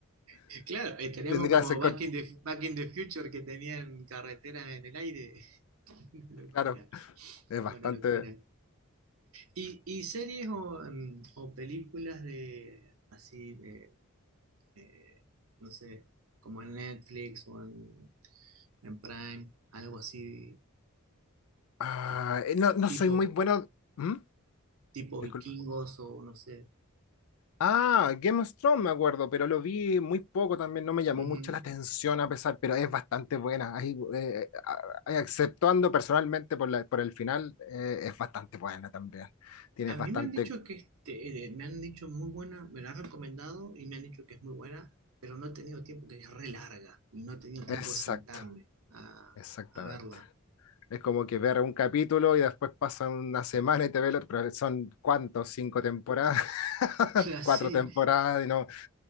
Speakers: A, on the right; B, on the left.
A: <laughs> claro, estaríamos
B: Tendría
A: como
B: que ser
A: Back
B: con-
A: in the, Back in the Future que tenían carreteras en el aire. <laughs> Una locura,
B: Claro, es
A: no,
B: bastante.
A: una locura. ¿Y, y series o, em, o películas de así, de, eh, no sé, como en Netflix o en, en Prime, algo así,
B: Ah,
A: que
B: eh, no, no soy
A: tipo,
B: muy bueno. ¿Mm?
A: tipo
B: Disculpa.
A: vikingos o no sé?
B: Ah, Game of Thrones me acuerdo, pero lo vi muy poco también, no me llamó
A: Ujú.
B: mucho la atención a pesar, pero es bastante buena. Ahí, eh, ah, ah, exceptuando personalmente por la, por el final, eh, es bastante buena también. Tienes
A: A mí
B: bastante.
A: me han dicho que este, eh, me han dicho muy buena, me la han recomendado y me han dicho que es muy buena, pero no he tenido tiempo, que es re larga, y no he tenido tiempo
B: Exacto,
A: de sentarme a,
B: exactamente.
A: a verla.
B: Es como que ver un capítulo y después pasa una semana y te ve el otro, pero son cuántos, cinco temporadas, <laughs>
A: <laughs> Claro,
B: cuatro
A: sí.
B: temporadas y no.